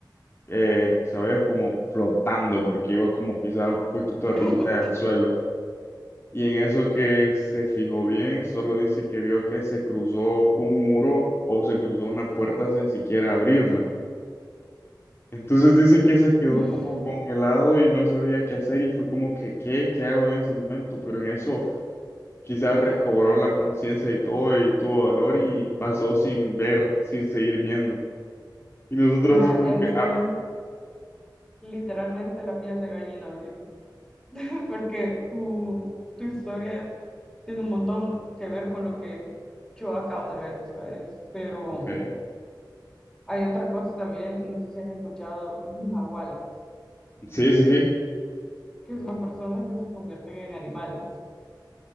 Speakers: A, on the left; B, in the centre.
A: eh, ¿sabes? Como flotando, porque iba como quizás un poquito arribita
B: <laughs>
A: del suelo. Y en eso que se fijó bien, solo dice que vio que se cruzó un muro o se cruzó una puerta sin siquiera abrirla. Entonces dice que se quedó
B: Mm,
A: como congelado y no sabía qué hacer y fue como que, ¿qué? ¿Qué hago en ese momento? Pero en eso quizás recobró la conciencia y todo y tuvo valor y pasó sin ver, sin seguir viendo. Y nosotros
B: Mira,
A: así como
B: eso
A: que, ah,
B: es literalmente la piel de gallina ahorita, <laughs> porque tu, tu historia tiene un montón que ver con lo que yo acabo de ver, ¿sabes? Pero
A: ok.
B: hay otra cosa también, no sé si has escuchado los nahuales,
A: Sí, sí, sí,
B: que son personas que se convierten en animales.